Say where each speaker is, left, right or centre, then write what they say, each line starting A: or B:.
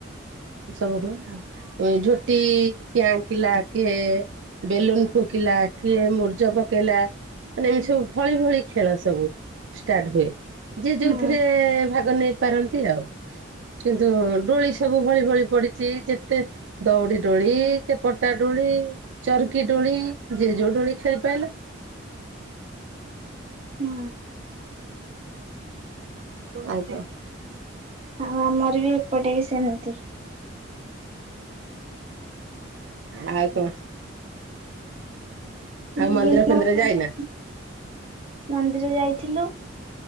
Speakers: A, on the right; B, on the right.
A: ସବୁ ହୁଏ ଆଉ ଝୋ ଟି କିଏ ଆଙ୍କିଲା କିଏ ବେଲୁନ ଫୁକିଲା କି ମୂ ଜ ପକେଇଲା ମାନେ ଏମିତି ସବୁ ଭଳି ଭଳି ଖେଳ ସବୁ ଷ୍ଟାର୍ଟ ହୁଏ। ଯିଏ
B: ହୁଁ
A: ଯୋଉଥିରେ ଭାଗ ନେଇ ପାରନ୍ତି ଆଉ। କିନ୍ତୁ ଡୋଳି ସବୁ ଭଳି ଭଳି ପଡିଛି ଯେତେ ଦଉଡି ଦୋଳି ସେ ପଟା ଦୋଳି ଚର୍କି ଦୋଳି ଜେ ଯୋଉ ଦୋଳି ଖେଳି ପାଇଲା
B: ହୁଁ
A: ଆଜ୍ଞା।
B: ଆଉ ଆମର ବି ଏପଟେ ବି ସେମତି।
A: ଆଉ କଁ? ଆଉ
B: ବିଭିନ୍ନ
A: ମନ୍ଦିର ଫନ୍ଦିର
B: ପ୍ରକାର
A: ଯାଇନା?
B: ମନ୍ଦିର ଯାଇଥିଲୁ।